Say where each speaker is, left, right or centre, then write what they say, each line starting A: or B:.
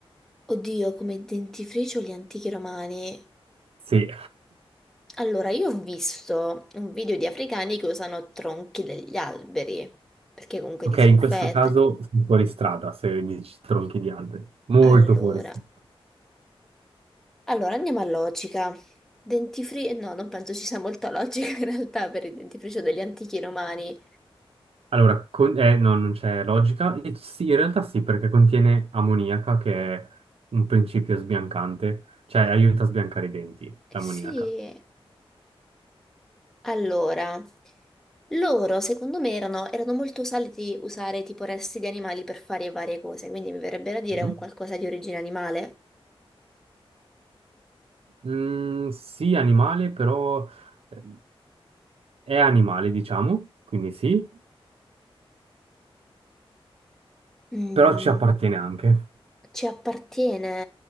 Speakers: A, in the centre; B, on the right.
A: Oddio, come dentifricio gli antichi romani.
B: Sì,
A: Allora, io ho visto un video di africani che usano tronchi degli alberi, perché comunque
B: ok,
A: disinfetta.
B: in questo caso sono fuori strada, se dici tronchi di alberi, molto
A: Allora,
B: fuori strada.
A: Allora andiamo a logica. Dentifricio, no, non penso ci sia molta logica in realtà per il dentifricio degli antichi romani.
B: Allora, con- eh, no, non c'è logica. E sì, in realtà sì, perché contiene ammoniaca, che è un principio sbiancante, cioè aiuta a sbiancare i denti,
A: Eh
B: l'ammoniaca.
A: sì, allora, loro secondo me erano, erano molto usati usare tipo resti di animali per fare varie cose, quindi mi verrebbe da dire
B: Mhm.
A: un qualcosa di origine animale.
B: Mm, sì, animale, però eh, è animale, diciamo, quindi sì,
A: Mm,
B: però ci appartiene anche. <laughs>
A: ci appartiene.